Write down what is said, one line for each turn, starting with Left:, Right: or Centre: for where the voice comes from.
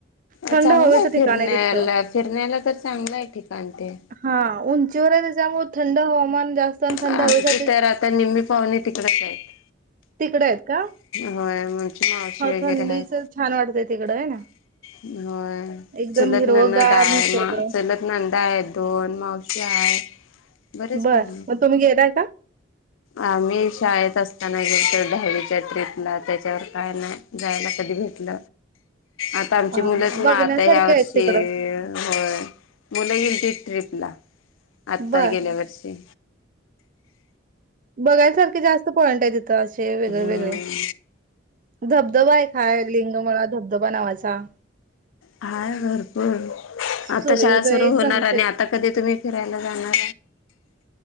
Right: थंड
Left: चांगलं
Right: हवेचं
Left: आहे
Right: ठिकाण
Left: फिरण्याला,
Right: तिथं
Left: फिरण्याला तर चांगलं आहे ठिकाण ते.
Right: हा उंचीवर त्याच्यामुळ थंड हवामान जास्त आणि थंड
Left: आमचे
Right: हवेसाठी
Left: तर आता निम्मी पाहुणे तिकडच आहेत.
Right: तिकडे आहेत का
Left: होय आमची मावशी
Right: हो
Left: वगैरे
Right: थंडीच
Left: आहेत.
Right: छान वाटतंय तिकडं आहे ना
Left: होय
Right: एकदम
Left: चूलत
Right: हिरवगार
Left: नणंद आहे
Right: निसर्ग
Left: मा चूलत नंदा आहे दोन मावशी आहे बरेच
Right: बर
Left: पाहुणे
Right: मग तुम्ही गेलाय का?
Left: आम्ही शाळेत असताना गेलतो दहावीच्या ट्रिपला त्याच्यावर काय नाही. जायला कधी भेटल. आता आमची
Right: हा
Left: मुलंच
Right: हा
Left: म
Right: बघण्यासारखे
Left: आता ह्या वर्षी
Right: आहेत तिकडं
Left: होय मुलं गेलतीत ट्रिपला आता
Right: बर
Left: गेल्या वर्षी
Right: बघायसारखे जास्त पॉइंट आहे तिथं असे वेगळे
Left: हम्म
Right: वेगळे धबधबा आहे. लिंग माळा धबधबा नावाचा
Left: हाय भरपूर
Right: सूर्योदय
Left: आता शाळा सुरू होणार
Right: सनसेट
Left: आणि आता कधी तुम्ही फिरायला जाणार?